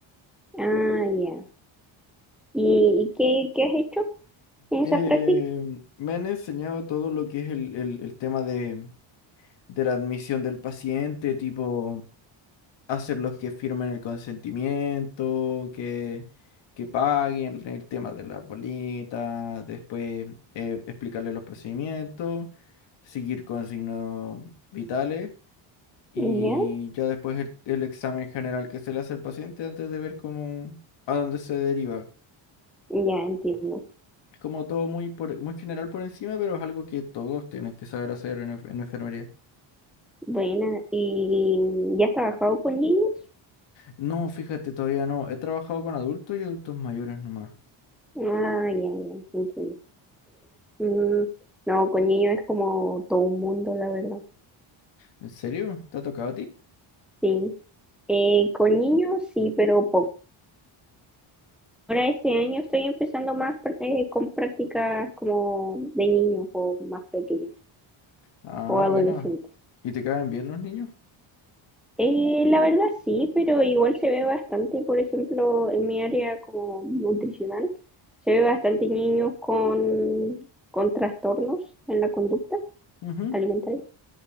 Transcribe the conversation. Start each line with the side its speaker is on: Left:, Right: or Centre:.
Centre: Ah, ya. ¿Y, y qué, qué has hecho en
Left: Eh,
Centre: esas prácticas?
Left: me han enseñado todo lo que es el, el- el tema de, de la admisión del paciente, tipo hacer los que firmen el consentimiento, que, que paguen el tema de las bolitas, después eh, explicarles los procedimientos, seguir con signos vitales y
Centre: Ya,
Left: ya después el, el examen general que se le hace al paciente antes de ver cómo, a dónde se deriva.
Centre: ya entiendo.
Left: Es como todo muy, por, muy general por encima, pero es algo que todos tienen que saber hacer en, enf- en enfermería.
Centre: Buena. ¿Y ya has trabajado con niños?
Left: No, fíjate, todavía no. He trabajado con adultos y adultos mayores nomás.
Centre: Ah, ya, ya, entiendo. Mm, no, con niños es como todo un mundo, la verdad.
Left: ¿En serio? ¿Te ha tocado a ti?
Centre: Sí. Eh, con niños sí, pero poco. Ahora este año estoy empezando más pr- eh, con prácticas como de niños o más pequeños.
Left: Ah,
Centre: o adolescentes.
Left: bueno. ¿Y te caen bien los niños?
Centre: Eh, la verdad sí, pero igual se ve bastante, por ejemplo, en mi área como nutricional, se ve bastante niños con, con trastornos en la conducta
Left: Ujú.
Centre: alimentaria.